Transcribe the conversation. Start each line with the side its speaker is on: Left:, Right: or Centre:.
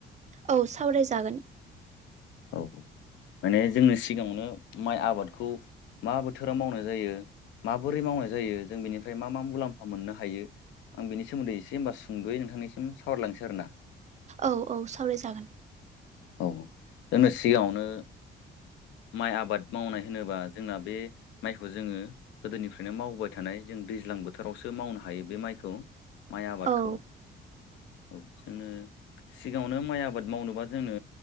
Right: औ सावरायजागोन।
Left: औ औ माने जोंनो सिगाङावनो माइ आबादखौ मा बोथोराव मावनाय जायो माबोरै मावनाय जायो जों बेनिफ्राय मा मा मुलाम्फा मोननो हायो आं बेनि सोमोन्दै एसे होमबा सुंद'यै नोंथांनिसिम सावरायलांनोसै आरो ना?
Right: औ औ सावरायजागोन।
Left: औ जोंनो सिगाङावनो माइ आबाद मावनाय होनोबा जोंना बे माइखौ जोङो गोदोनिफ्रायनो मावबोबाय थानाय जों दैज्लां बोथोरावसो मावनो हायो बे माइखौ। माइ आबादखौ
Right: औ
Left: औ जोङो सिगाङावनो माइ आबाद मावनोबा जोंनो